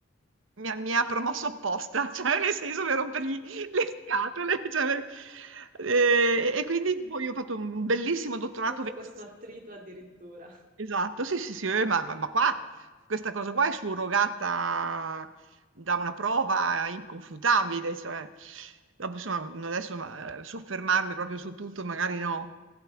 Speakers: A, on the right; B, on the right.
A: mi ha, mi ha promosso apposta, <laughs> cioè nel senso per rompergli le scatole. cioè, per- eh, e quindi poi ho fatto un bellissimo dottorato
B: Tutto
A: veneziano
B: questo attrito addirittura.
A: Esatto, sì, sì, sì, eh, ma, ma- ma qua questa cosa qua è surrogata da una prova inconfutabile, cioè, dopo, insomma, non adesso ma, eh, soffermarmi proprio su tutto, magari no,